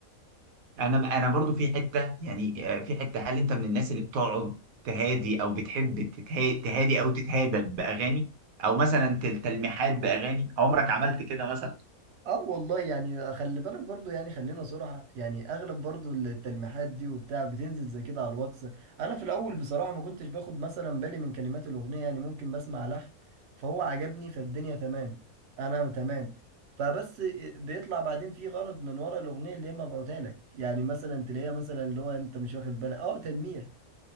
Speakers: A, on the right; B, on the right.
A: انا انا برضو في حته يعني آه، في حته هل انت من الناس اللي بتقعد تهادي او بتحب تتها- تهادي او تتهادى باغاني او مثلا تل- تلميحات باغاني عمرك عملت كده مثلا
B: اه والله يعني خلي بالك برضو يعني خلينا صراحة يعني اغلب برضو التلميحات دي وبتاع بتنزل زي كده على الواتس انا في الاول بصراحة ما كنتش باخد مثلا بالي من كلمات الاغنية يعني ممكن بسمع لحن فهو عجبني فالدنيا تمام انا تمام فبس بيطلع بعدين في غرض من ورا الاغنية اللي هي مبعوتها لك يعني مثلا تلاقيها مثلا اللي هو انت مش واخد بالك اه تلميح